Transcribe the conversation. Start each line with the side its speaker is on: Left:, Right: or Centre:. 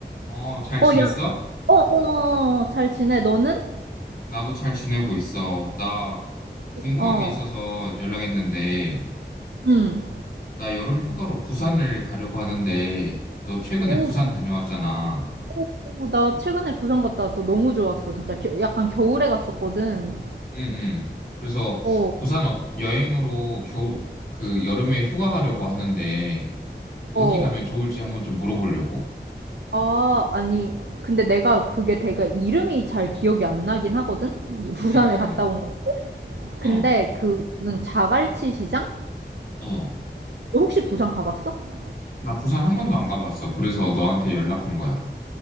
Left: 어, 잘
Right: 어,
Left: 지냈어?
Right: 야, 어, 어, 어, 어, 잘 지내. 너는?
Left: 나도 잘 지내고 있어. 나 궁금한
Right: 어,
Left: 게 있어서 연락했는데,
Right: 응.
Left: 나 여름 휴가로 부산을 가려고 하는데, 너 최근에
Right: 오,
Left: 부산 다녀왔잖아.
Right: 오, 오, 나 최근에 부산 갔다 왔어. 너무 좋았어. 진짜 겨- 약간 겨울에 갔었거든.
Left: 응, 응. 그래서
Right: 어,
Left: 부산 어- 여행으로 겨, 그 여름에 휴가 가려고 하는데, 어디
Right: 어.
Left: 가면 좋을지 한번 좀 물어보려고.
Right: 아, 아니. 근데 내가 그게 내가 이름이 잘 기억이 안 나긴 하거든? 이 부산에
Left: 응,
Right: 갔다 온 거. 근데
Left: 응,
Right: 그 무슨 자갈치 시장?
Left: 응. 어, 어.
Right: 너 혹시 부산 가봤어?
Left: 나 부산 한 번도 안 가봤어. 그래서 너한테 연락한 거야.